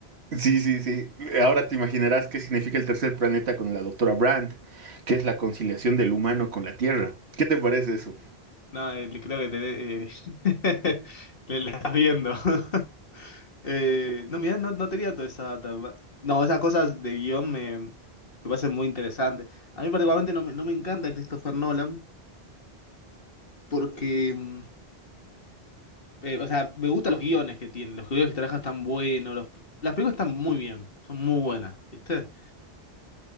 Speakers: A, on the right; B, on the left.
A: sí, sí, sí. Ahora te imaginarás qué significa el tercer planeta con la doctora Brandt, que es la conciliación del humano con la Tierra. ¿Qué te parece eso?
B: No, eh, creo que te... eh, <laughs> te la estás viendo. <laughs> Eh, no, mira, no, no tenía toda esa... tan No, esas cosas de guión me, me parecen muy interesantes. A mí particularmente no me, no me encanta Christopher Nolan porque, mm, eh, o sea, me gustan los guiones que tiene, los guiones que trabaja están buenos, los- las películas están muy bien, son muy buenas, ¿viste?